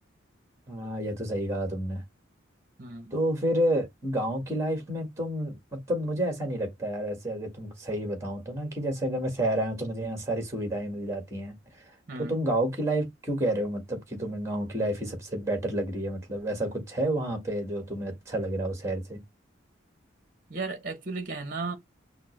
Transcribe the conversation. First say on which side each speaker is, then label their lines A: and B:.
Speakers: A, on the right; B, on the right.
A: हाँ ये तो सही कहा तुमने
B: हम्म
A: तो फिर गांव की लाइफ में तुम मतलब मुझे ऐसा नहीं लगता यार ऐसे अगर तुम सही बताओ तो ना कि जैसे अगर मैं शहर आया हूँ तो मुझे यहाँ सारी सुविधाएं मिल जाती हैं
B: हम्म
A: तो तुम गांव की लाइफ क्यों कह रहे हो मतलब कि तुम्हें गांव की लाइफ ही सबसे बेटर लग रही है मतलब ऐसा कुछ है वहां पे जो तुम्हें अच्छा लग रहा हो शहर से
B: यार एक्चुअली क्या है ना